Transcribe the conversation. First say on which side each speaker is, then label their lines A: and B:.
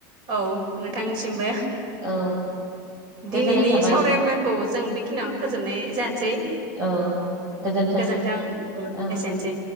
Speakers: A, on the right; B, on the right.
A: औ नोंथांनिसिमबो
B: औ गोजोननाय
A: दिनैनि
B: थाबाय
A: सावराय मेलखौ जों बेखिनियावनो फोजोबनाय जानोसै अ
B: औ गोजोन्थों
A: गोजोनथों उम
B: औ
A: एसेनोसै।